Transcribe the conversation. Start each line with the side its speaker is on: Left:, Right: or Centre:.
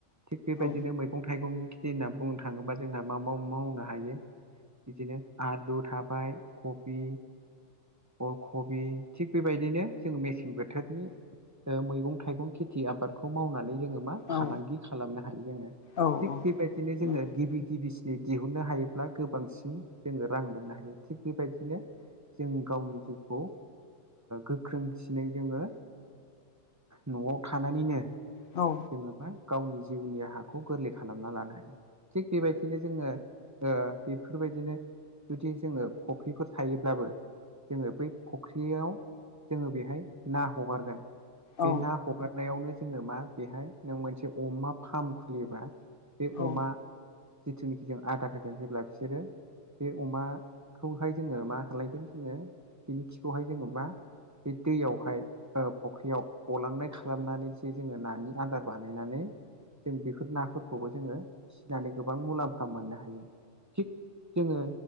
Right: थिग बेबायदिनो
Left: औ
Right: मैगं थाइगंनि खेथि होनना बुंनो थाङोबा जोंहा मा मावा मावनो हायो बिदिनो आलु थाबाय कबि अल कबि थिग बेबायदिनो जों मेसें बोथोरनि मैगं थाइगं खेथि आबादखौ मावनानै जोङो मा फालांगि
Left: औ
Right: खालामनो हायो जोङो
Left: औ
Right: थिग बेबायदिनो जोङो
Left: नंगौ
Right: गिबि गिबि सिनै दिहुननो हायोब्ला गोबांसिन जोङो रां मोननो हायो थिग बेबायदिनो जों गावनि जिउखौ गोख्रोंसिनै जोङो न'आव थानानैनो
Left: औ
Right: जोङो मा गावनि जिउनि राहाखौ गोरलै खालामना लानो हायो। थिग बेबायदिनो जोङो ओ बेफोरबायदिनो जुदि जोङो फुख्रिफोर थायोब्लाबो जोङो बै फुख्रियाव जोङो बेहाय ना हगारगोन
Left: औ
Right: बे ना ह हगारनायावनो जोङो मा बेहाय नों मोनसे अमा फाम खुलियोबा बे
Left: औ
Right: अमा जिथुनिखि जों आदार होगोन जेब्ला बिसोरो बे अमाखौहाय जोङो मा खालायगोन जोङो बिनि खिखौहाय जोङो मा बे दैयावहाय ओ फख्रियाव गलांनाय खालामनानै जे जोङो नानि आदार बानायनानै जों बेफोर नाफोरखौबो जोङो नानै गोबां मुलाम्फा मोननो हायो। थिग जोङो